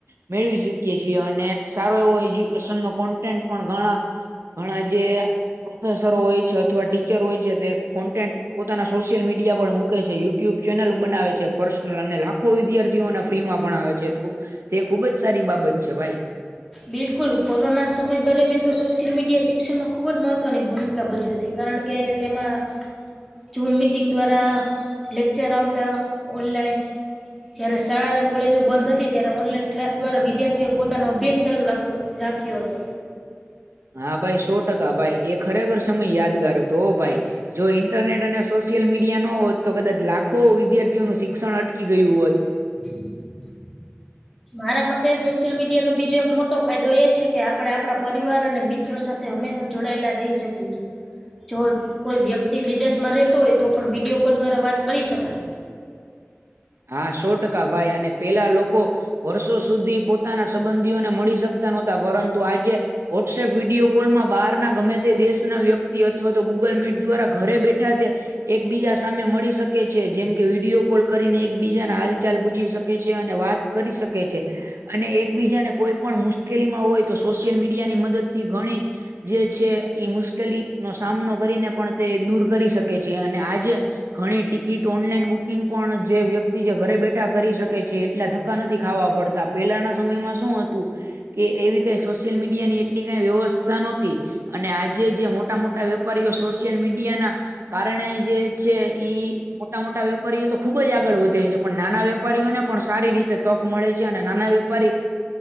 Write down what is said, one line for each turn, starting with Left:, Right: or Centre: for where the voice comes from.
Right: મેળવી શકીએ છીએ. અને સારો એવો એજ્યુકેશન નો કોન્ટેન્ટ પણ ઘણા ઘણા જે પ્રોફેસરો હોય છે, અથવા ટીચર હોય છે, તે કોન્ટેન્ટ પોતાના સોશિયલ મીડિયા પર મૂકે છે. યુટ્યુબ ચેનલ બનાવે છે પર્સનલ. અને લાખો વિદ્યાર્થીઓના ફ્રી માં ભણાવે છે. તો તે ખુબ જ સારી બાબત છે ભાઈ.
Centre: બિલકુલ. કોરોના સમય દરમિયાન તો સોશિયલ મીડિયાએ શિક્ષણમાં ખૂબ જ મહત્ત્વની ભૂમિકા ભજવી હતી, કારણ કે તેમાં ઝૂમ મિટિંગ દ્વારા લેક્ચર આવતા ઓનલાઈન. જયારે શાળા ને કોલેજો બંધ હતી, ત્યારે ઓનલાઈન ક્લાસ દ્વારા વિદ્યાર્થીઓ પોતાનો અભ્યાસ ચાલું રાખો, રાખ્યો હતો.
Right: હા ભાઈ સો ટકા ભાઈ. એ ખરેખર સમય યાદગાર હતો હો ભાઈ. જો ઇન્ટરનેટ અને સોશિયલ મીડિયા ન હોત તો કદાચ લાખો વિદ્યાર્થીઓનું શિક્ષણ અટકી ગયું હોત.
Centre: <inaudible> મારા મતે સોશિયલ મીડિયા નો બીજો એક મોટો ફાયદો એ છે કે આપણે આપણે પરિવાર અને મિત ત્રો સાથે હંમેશા જોડાયેલા રહી શકીએ છીએ. જો કોઈ વ્યક્તિ વિદેશમાં રહેતો હોય તો પણ વિડિયો કોલ દ્વારા વાત કરી શકાય.
Right: હા સો ટકા ભાઈ. અને પહેલા લોકો વર્ષો સુધી પોતાના સંબંધીઓને મળી શકતા નહોતા, પરંતુ આજે વોટ્સએપ વિડિયો કોલમાં બહારના ગમે તે દેશના વ્યક્તિ, અથવા તો ગૂગલ મીટ દ્વારા ઘરે બેઠા તે એકબીજા સામે મળી શકે છે, જેમ કે વિડિયો કોલ કરી ને એક બીજા ના હાલચાલ પૂછી શકે છે, અને વાત કરી શકે છે. અને એકબીજાને કોઈ પણ મુશ્કેલીમાં હોય તો સોશિયલ મીડિયા ની મદદ થી ઘણી જે છે ઈ મુશ્કેલીનો સામનો કરીને પણ તે દૂર કરી શકે છે. અને આજે ઘણી ટિકિટ ઓનલાઈન બુકિંગ પણ જે વ્યક્ તિ જે ઘરે બેઠા કરી શકે છે, એટલા ધક્કા નથી ખાવા પડતા. પહેલાના સમયમાં શું હતું કે એવી કંઈ સોશિયલ મીડિયા ની એટલી કાંઈ વ્યવસ્થા નહોતી. અને આજે જે મોટા-મોટા વેપારીઓ સોશિયલ મીડિયા ના કારણે જે છે ઈ મોટા-મોટા વેપારીઓ તો ખુબ જ આગળ વધ ધે છે, પણ નાના વેપારીઓને પણ સારી રીતે તક મળે છે. અને નાના વેપારી